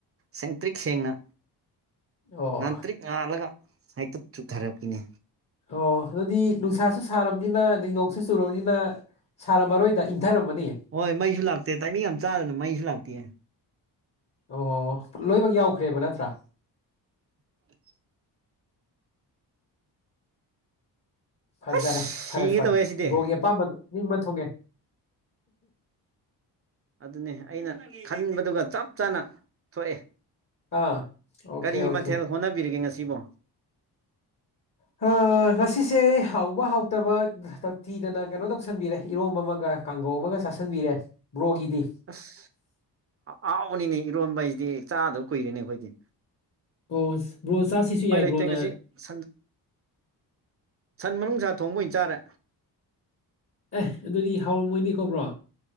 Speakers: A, on the right; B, on the left.
A: ꯁꯦꯡꯇ꯭ꯔꯤꯛ ꯁꯦꯡꯅ
B: ꯑꯣ
A: ꯉꯥꯇ꯭ꯔꯤꯛ ꯉꯥꯜꯂꯒ ꯍꯦꯛꯇ ꯆꯨꯞꯊꯔꯛꯄꯤꯅꯦ
B: ꯑꯣ ꯑꯗꯨꯗꯤ ꯅꯨꯡꯁꯥꯁꯨ ꯁꯥꯔꯕꯅꯤꯅ ꯗꯤꯅꯣꯡꯁꯨ ꯆꯨꯔꯕꯅꯤꯅ ꯁꯥꯔꯝꯃꯔꯣꯏꯗ ꯏꯪꯊꯔꯝꯃꯅꯤ
A: ꯍꯣꯏ ꯃꯩꯁꯨ ꯂꯥꯛꯇꯦ ꯇꯥꯏꯃꯤꯡ ꯌꯥꯝ ꯆꯥꯗꯅ ꯃꯩꯁꯨ ꯂꯥꯛꯇꯦ
B: ꯑꯣ ꯂꯣꯏꯅꯃꯛ ꯌꯥꯎꯈ꯭ꯔꯦꯕ ꯅꯠꯇ꯭ꯔꯥ
A: <inaudible>
B: ꯐꯖꯔꯦ
A: ꯑꯁ
B: ꯐꯔꯦ
A: ꯁꯤꯒꯗꯧꯋꯦ
B: ꯐꯔꯦ
A: ꯁꯤꯗꯤ
B: ꯕ꯭ꯔꯣꯒꯤ ꯑꯄꯥꯝꯕꯗꯣ ꯅꯤꯡꯕ ꯊꯨꯡꯉꯦ
A: ꯑꯗꯨꯅꯦ ꯑꯩꯅ ꯈꯟꯕꯗꯨꯒ ꯆꯞ ꯆꯥꯅ ꯊꯣꯛꯑꯦ
B: ꯑꯥ ꯑꯣꯀꯦ
A: ꯀꯔꯤ
B: ꯑꯣꯀꯦ
A: ꯃꯊꯦꯜ ꯍꯣꯠꯅꯕꯤꯔꯒꯦ ꯉꯁꯤꯕꯣ
B: ꯑ ꯉꯁꯤꯁꯦ ꯍꯥꯎꯕ ꯍꯥꯎꯇꯕ <unintelligible> ꯊꯤꯗꯅ ꯀꯩꯅꯣ ꯇꯧꯁꯟꯕꯤꯔꯦ ꯏꯔꯣꯝ ꯑꯃꯒ ꯀꯥꯡꯒꯧ ꯑꯃꯒ ꯆꯥꯥꯁꯟꯕꯤꯔꯦ ꯕ꯭꯭ꯔꯣꯒꯤꯗꯤ
A: ꯑꯁ ꯑꯍꯥꯎꯕꯅꯤꯅꯦ ꯏꯔꯣꯟꯕ ꯍꯥꯏꯁꯤꯗꯤ ꯆꯥꯗꯕ ꯀꯨꯏꯔꯦꯅꯦ ꯑꯩꯈꯣꯏꯗꯤ
B: ꯑꯣ ꯕ꯭ꯔꯣ ꯆꯥꯁꯤꯁꯨ
A: ꯎꯄꯥꯏ
B: ꯌꯥꯏ
A: ꯂꯩꯇꯦ
B: ꯕ꯭ꯔꯣꯅ
A: ꯉꯁꯤ ꯁꯟ ꯁꯟ ꯃꯅꯨꯡꯁ ꯊꯣꯡꯕ ꯑꯣꯏꯅ ꯆꯥꯔꯦ
B: ꯑꯦ ꯑꯗꯨꯗꯤ ꯍꯥꯎꯔꯝꯃꯣꯏꯅꯦ ꯀꯣ ꯕ꯭ꯔꯣ